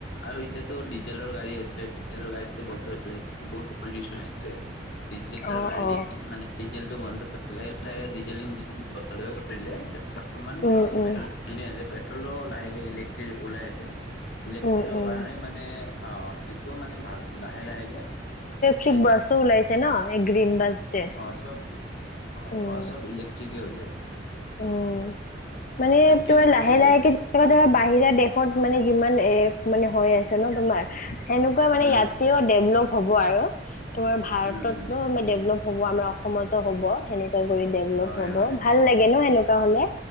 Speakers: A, on the left; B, on the left.
A: আৰু এতিয়াতো ডিজেলৰ গাড়ী আছিলে ডিজেলৰ গাড়ীতো বন্ধ হৈছিল বহুত পলিউচন আছিলে। ডিজেল
B: অ
A: গাড়ী
B: অ
A: মানে ডিজেলটো বন্ধ <unintelligible> ডিজেল <unintelligible> বৰ্তমান
B: উম
A: <unintelligible>
B: উম
A: পেট্ৰলো লাহেকে ইলেক্ট্ৰিক ওলাই আছে। ইলেক্ট্ৰিকৰ
B: উম উম
A: কাৰণে মানে অ', সেইটোও মানে ভাল লাহে লাহেকে সেই
B: থিক বাছো ওলাইছে ন' এই গ্ৰীন বছ যে
A: অ', চব
B: উম
A: অ', সব ইলেক্ট্ৰিকেই হৈ যাব।
B: উম, মানে
A: তুমি কেনেকুৱা
B: তোমাৰ লাহে
A: লাগিব
B: লাহেকে
A: যে
B: বাহিৰা দেশত মানে যিমান এ মানে হৈ আছে ন' তোমাৰ সেনেকুৱা মানে
A: উম
B: ইয়াতেও ডেভলপ হ'ব আৰু তোমাৰ ভাৰততো
A: উম উম
B: মানে ডেভলপ হ'ব আমাৰ অসমতো হ'ব সেনেকুৱা কৰি ডেভলপ
A: হয়
B: হ'ব
A: হয়
B: ভাল লাগ লাগে ন' সেনেকুৱা হলে